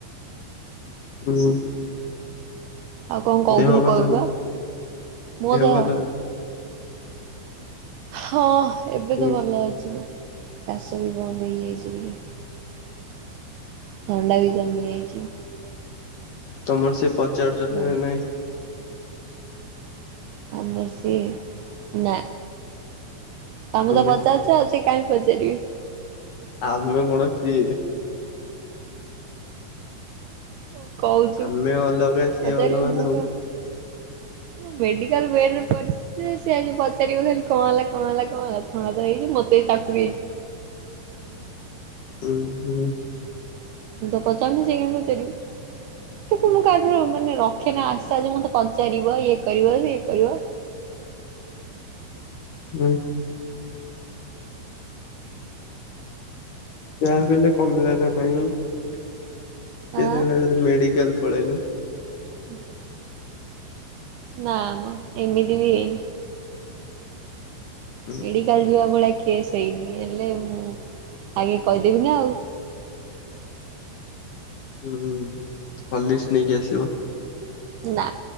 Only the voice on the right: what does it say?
ଆଉ କଣ କହୁଥିଲୁ
କହିବୁ
ପା ମୋ ଦେହ
ହଁ, ଏବେ
ତ ଭଲ ଅଛି ମୁଁ। କାଶ ବି ବନ୍ଦ ହେଇଯାଇଛିି ଟିକେ। ଥଣ୍ଡା ବି କମି ଯାଇଛି।
ବ
ଆମର ସିଏ ନା ତମେ
ତ
ପଚାରୁଛ ଆଉ ସେ କାଇଁ ପଚାରିବେ?
ହଉ କହୁଛୁ
ପଚାରିବେ
ମୁଁ
କଣ? ମେଡିକାଲ ବେଡ଼ରେ ପଡିଛି ସେ ସେ ଆଜି ପଚାରିବ ଖାଲି କଣ ହେଲା କଣ ହେଲା କଣ ହେଲା ଥଣ୍ଡା ତ ହେଇଛି ମୋତେ ତ ତାକୁ ବି ହେଇଛି।
ମୁଁ ତ ପଚାରୁନି ସେ କାଇଁ ପଚାରିବ? ତ ମୁଁ କାହାଠାରୁ ମାନେ ରଖେନା ଆଶା ଯେ ମୋତେ ପଚାରିବ ଇଏ କରିବ ସିଏ କରିବ?
ଆଁ
? ନା ମ ଏମିତି ବି ହେଇନି।
ମେଡିକାଲ ଯିବା ଭଳିଆ କେସ ହେଇନି ହେଲେ ମୁଁ ଆଇ କି କହିଦେବି ନା ଆଉ।
ନା